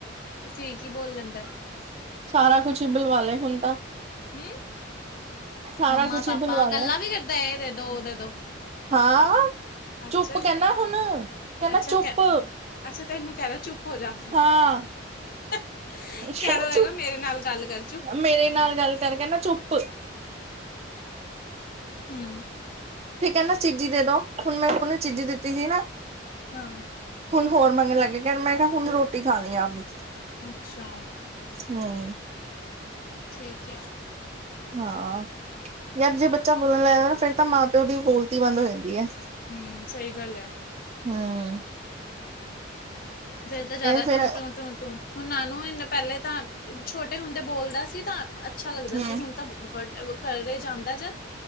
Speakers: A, on the left; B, on the right.
A: ਕੀ ਕੀ ਬੋਲ ਲੈਂਦਾ
B: ਸਾਰਾ ਕੁਛ ਹੀ ਬੁਲਵਾ ਲੈ ਹੁਣ ਤਾਂ
A: ਹਮ?
B: ਸਾਰਾ
A: ਮੰਮਾ
B: ਕੁਛ
A: ਪਾਪਾ
B: ਹੀ ਬੁਲਵਾ ਲੈ
A: ਗੱਲਾਂ ਵੀ ਕਰਦਾ ਇਹਦੇ ਦੋ ਉਹ ਦੋ।
B: ਹਾਂ
A: ਅੱਛਾ
B: ਚੁੱਪ
A: ਜੀ
B: ਕਹਿੰਦਾ ਹੁਣ ਕਹਿੰਦਾ
A: ਅੱਛਾ
B: ਚੁੱਪ
A: ਕ। ਅੱਛਾ ਤੈਨੂੰ ਕਹਿ ਰਿਹਾ ਚੁੱਪ ਹੋ ਜਾ।
B: ਹਾਂ
A: ਕਹਿ
B: ਕਹਿੰਦਾ
A: ਰਿਹਾ ਹੋਏਗਾ
B: ਚੁੱਪ
A: ਮੇਰੇ ਨਾਲ ਗੱਲ ਕਰ ਚੁਪ।
B: ਮੇਰੇ ਨਾਲ ਗੱਲ ਕਰਕੇ ਨਾ ਚੁੱਪ।
A: ਹਮ
B: ਠੀਕ ਨਾ ਚੀਜ਼ੀ ਦੇ ਦੋ ਹੁਣ ਮੈਂ ਉਹਨੂੰ ਚੀਜ਼ੀ ਦਿੱਤੀ ਸੀ ਨਾ
A: ਹਾਂ,
B: ਹੁਣ ਹੋਰ ਮੰਗਣ ਲੱਗੇ ਕਹਿ ਮੈਂ ਕਿਹਾ ਹੁਣ ਰੋਟੀ ਖਾ ਲਈ ਆਪਣੀ
A: ਅੱਛਾ ਅੱਛਾ,
B: ਹੂੰ
A: ਠੀਕ ਹੈ
B: ਹਾਂ ਯਾਰ ਜੇ ਬੱਚਾ ਬੋਲਣ ਲੱਗ ਜਾਂ ਨਾ ਫਿਰ ਤਾਂ ਮਾਂ ਪਿਓ ਦੀ ਬੋਲ ਬੋਲਤੀ ਬੰਦ ਹੋ ਜਾਂਦੀ ਹੈ,
A: ਹੂੰ ਸਹੀ ਗੱਲ ਆ
B: ਹਮ
A: ਫ਼ਿਰ ਤਾਂ ਜ਼ਿਆਦਾ
B: ਫੇਰ
A: ਟੂੰ- ਟੂੰ -ਟੂੰ- ਟੂੰ ਹੁਣ ਨਾਨੂੰ ਇਹਨ ਪਹਿਲੇ ਤਾਂ ਛੋਟੇ ਹੁੰਦੇ ਬੋਲਦਾ ਸੀ ਤਾਂ ਅੱਛਾ ਲੱਗਦਾ
B: ਹੂੰ
A: ਸੀ ਹੁਣ ਤਾਂ ਬਹੁਤ ਘਰ ਜਾਂਦਾ ਜਦ,